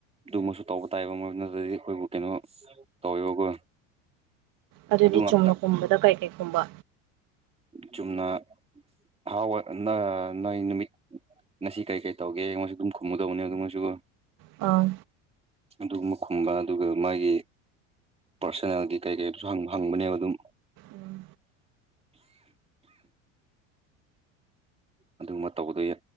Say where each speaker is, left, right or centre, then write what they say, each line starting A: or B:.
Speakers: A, on the right (about 15°); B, on the right (about 55°).
A: ꯑꯗꯨꯃꯁꯨ ꯇꯧꯕ ꯇꯥꯏꯕ ꯃꯔꯣꯏ ꯑꯗꯨꯗ꯭ꯔꯗꯤ ꯑꯩꯈꯣꯏꯕꯨ ꯀꯩꯅꯣ ꯇꯧꯋꯦꯕꯀꯣ
B: ꯑꯗꯨꯗꯤ
A: ꯑꯗꯨ ꯉꯥꯛꯇ
B: ꯆꯨꯝꯅ ꯀꯨꯝꯕꯗ ꯀꯩ ꯀꯩ ꯈꯨꯝꯕ
A: ꯆꯨꯝꯅ ꯐꯥꯎꯋꯥ ꯅꯣꯏ ꯅꯨꯃꯤꯠ ꯉꯁꯤ ꯀꯔꯤ ꯀꯔꯤ ꯇꯧꯒꯦ ꯑꯩꯉꯣꯏꯁꯨ ꯑꯗꯨꯝ ꯈꯨꯝꯃꯗꯕꯅꯤ ꯑꯗꯨꯉꯣꯏꯁꯨ
B: ꯑꯥ
A: ꯑꯗꯨꯒꯨꯝꯕ ꯈꯨꯝꯕ ꯑꯗꯨꯒ ꯃꯥꯒꯤ ꯄꯥꯔꯁꯣꯅꯦꯜꯒꯤ ꯀꯩ ꯀꯩꯗꯨꯁꯨ ꯍꯪꯕꯅꯦꯕ ꯑꯗꯨꯝ
B: ꯎꯝ
A: ꯑꯗꯨꯒꯨꯝꯕ ꯇꯧꯕꯗꯣ